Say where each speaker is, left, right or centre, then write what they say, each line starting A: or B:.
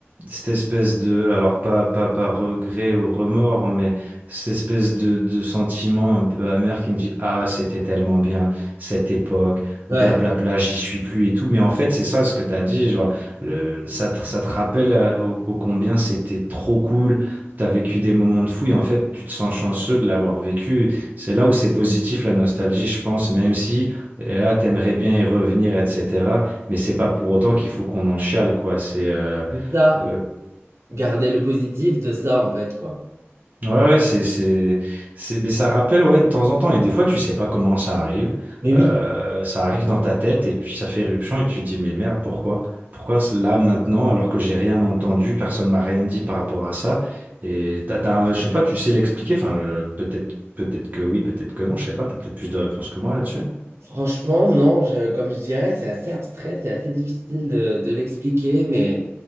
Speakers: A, on the right; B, on the right.
A: cette espèce de, alors pas, pas par regret ou remords, mais cette espèce de, de sentiment un peu amer qui me dit, ah, c'était tellement bien, cette époque,
B: Ouais,
A: blablabla, j'y suis plus et tout. Mais en fait, c'est ça ce que tu as dit, genre, le- ça te, ça te rappelle euh, au au combien c'était trop cool. T'as vécu des moments de fou et en fait, tu te sens chanceux de l'avoir vécu. C'est là où c'est positif la nostalgie, je pense, même si et là t'aimerais bien y revenir, etc. Mais c'est pas pour autant qu'il faut qu'on en chiale, quoi. C'est euh,
B: c'est ça.
A: euh,
B: Garder le positif de ça, en fait, quoi.
A: ouais, ouais, c'est c'est c'est mais ça rappelle ouais de temps en temps et des fois tu sais pas comment ça arrive,
B: Mais
A: Euh,
B: oui,
A: ça arrive dans ta tête et puis ça fait éruption et tu te dis mais merde pourquoi? Pourquoi c'est là maintenant alors que j'ai rien entendu, personne m'a rien dit par rapport à ça et t'as, t'as- je sais pas, tu sais l'expliquer, enfin euh, peut-être peut-être que oui, peut-être que non, je sais pas, t'as peut-être plus de réponses que moi là-dessus.
B: franchement, non, je- comme je dirais, c'est assez abstrait, c'est assez difficile de, de l'expliquer, mais,